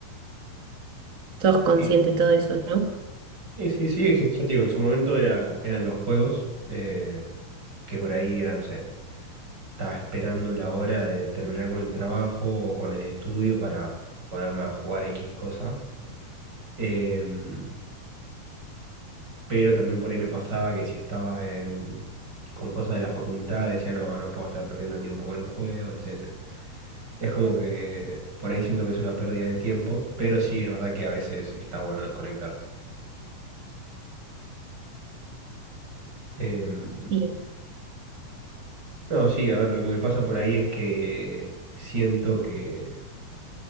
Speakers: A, on the right; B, on the right.
A: Sos consciente
B: Sí,
A: de todo eso, ¿no?
B: sí, sí, sí, es que ya te digo, en su momento era, eran los juegos, eh, que por ahí eran, no sé. Estaba esperando la hora de terminar con el trabajo o con el estudio para ponerme a jugar X cosa. Em, pero también por ahí me pasaba que si estaba en- con cosas de la facultad, decía, no, no puedo estar perdiendo tiempo con el juego, etcétera. Es como que por ahí siento que es una pérdida de tiempo, pero sí es verdad que a veces está bueno desconectar. Em,
A: Sí.
B: no, sí, a ver, lo que me pasa por ahí es que siento que